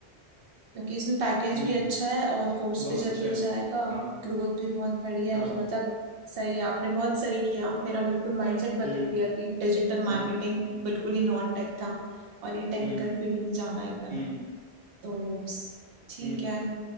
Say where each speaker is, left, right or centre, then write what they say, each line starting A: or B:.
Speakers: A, on the right; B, on the right.
A: क्योंकि इसमें पैकेज
B: हम्म
A: भी अच्छा है और कोर्स
B: बहुत
A: भी जल्दी
B: अच्छे
A: हो
B: हैं
A: जाएगा
B: हाँ
A: ग्रोथ भी बहुत बढ़िया
B: हाँ
A: है तो मतलब सही है, आपने बहुत सही किया मेरा बिल्कुल माइंडसेट बदल
B: हम्म
A: दिया कि डिजिटल मार्केटिंग
B: हम्म हम्म
A: बिल्कुल ही नॉन टेक था और ये टेक्निकल
B: हम्म
A: फील्ड में जाना एकदम
B: हम्म
A: तो ठीक
B: हम्म,
A: है